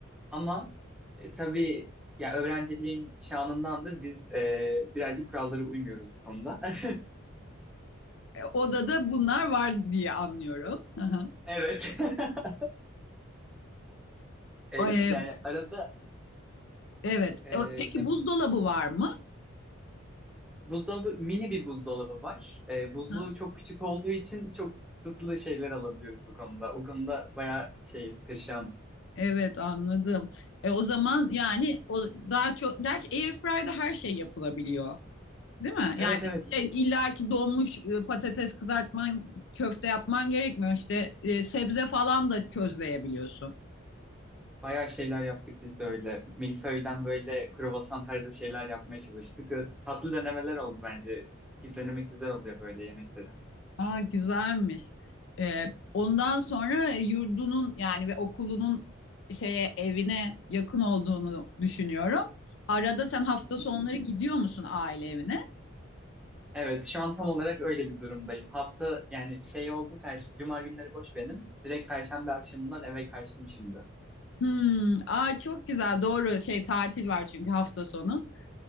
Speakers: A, in the centre; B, on the left.
A: Ama e, tabii ya öğrenciliğin şanındandır biz e, birazcık kurallara uymuyoruz bu konuda. <laughs>
B: E, odada bunlar var diye anlıyorum. Hı hı.
A: Evet. <laughs> E,
B: O, e,
A: yani arada
B: evet.
A: e,
B: E, o- peki
A: ya-
B: buzdolabı var mı?
A: buzdolabı mini bir buzdolabı var. E, buzluğu
B: Hı.
A: çok küçük olduğu için çok kısıtlı şeyler alabiliyoruz bu konuda. O konuda bayağı şeyiz, perişanız.
B: Evet anladım. E, o zaman yani o daha çok gerçi airfryer'da her şey yapılabiliyor. Değil mi? Yani
A: Evet evet
B: şey, illaki donmuş e, patates kızartman, köfte yapman gerekmiyor. İşte e, sebze falan da közleyebiliyorsun.
A: Bayağı şeyler yaptık biz de öyle. Milföy'den böyle kruvasan tarzı şeyler yapmaya çalıştık. Ee, Tatlı denemeler oldu bence. Denemek güzel oluyor böyle yemekleri.
B: Aa güzelmiş. E, ondan sonra yurdunun yani ve okulunun şeye evine yakın olduğunu düşünüyorum. Arada sen hafta sonları
A: Hı hı.
B: gidiyor musun aile evine?
A: Evet, şu an tam olarak öyle bir durumdayım. Hafta yani şey oldu, per Cuma günleri boş benim. Direkt Perşembe akşamından eve kaçtım şimdi.
B: Hmm, aa çok güzel. Doğru şey tatil var çünkü hafta sonu